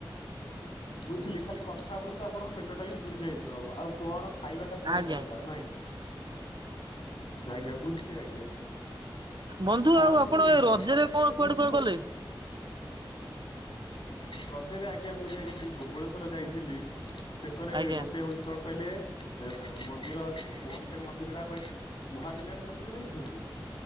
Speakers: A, on the left (about 75°); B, on the right (about 60°).
A: ବୁଝିଲି ଖାଲି କଥା ହେବରୁ ତ ଆପଣଙ୍କ ପେଟ ଟାବି ପୁରି ଯାଇଥିବ ଆଉ। କଣ ଖାଇବା ଟା କଣ
B: ଆଜ୍ଞା
A: ଦରକାର ନାଇଁ କି। ଆଜ୍ଞା ବୁଝିଲି ଆଜ୍ଞା।
B: ବନ୍ଧୁ
A: ଆଉ
B: ଆପଣ ଏ
A: ବର୍ଷା
B: ରଜରେ
A: ରେ କେତେ
B: କଣ କୁଆଡେ
A: ଭିଜିଛନ୍ତି?
B: କୁଆଡେ ଗଲେ?
A: ରଜରେ ଆଜ୍ଞା ମୁଁ ଯାଇଥିଲି ଧୋବଳେଶ୍ୱର ଯାଇଥିଲି। ସେକରେ
B: ଆଜ୍ଞା
A: ଗୋଟେ ହଉଛି କଣ କହିଲେ? ଏ ମନ୍ଦିର ଅଛି। କଣ ସେ ମନ୍ଦିର ଟା କହିଲେ? ମହାବିନାୟକ ମନ୍ଦିର ଜାଣିଛନ୍ତି।